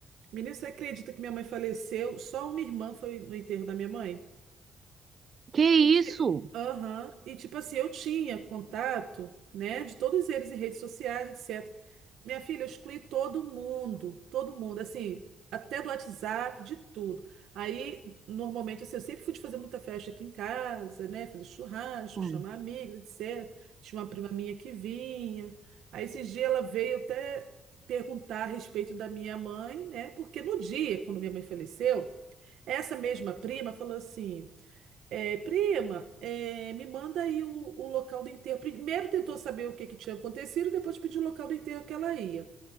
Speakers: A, on the right (about 80°); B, on the right (about 45°).
A: Menino, você acredita que minha mãe faleceu? Só uma irmã foi no enterro da minha mãe?
B: Que
A: E, ti-
B: isso?
A: Aham. E tipo assim, eu tinha contato, né, de todos eles em redes sociais, etc. Minha filha, eu excluí todo mundo, todo mundo, assim, até do WhatsApp, de tudo. Aí, normalmente, assim, eu sempre fui de fazer muita festa aqui em casa, né? Fazer churrasco,
B: Sim.
A: chamar amigos, etc. Tinha uma prima minha que vinha. Aí, esse dia, ela veio até perguntar a respeito da minha mãe, né? Porque no dia, quando minha mãe faleceu, essa mesma prima falou assim: é, prima, é, me manda aí o, o local do enterro. Primeiro tentou saber o que que tinha acontecido, depois pediu o local do enterro que ela ia.